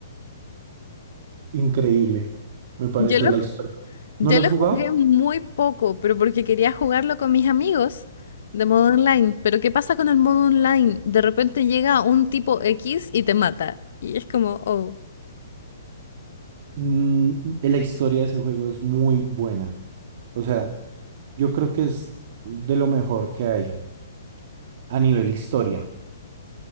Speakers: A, on the right (about 50°); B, on the left (about 65°).
A: increíble, me pareció
B: Yo lo,
A: la historia.
B: yo
A: ¿No lo has
B: lo
A: jugado?
B: jugué muy poco, pero porque quería jugarlo con mis amigos de modo online. Pero ¿qué pasa con el modo online? De repente llega un tipo X y te mata. Y es como, oh.
A: Mm, la historia de ese juego es muy buena. O sea, yo creo que es de lo mejor que hay a nivel historia.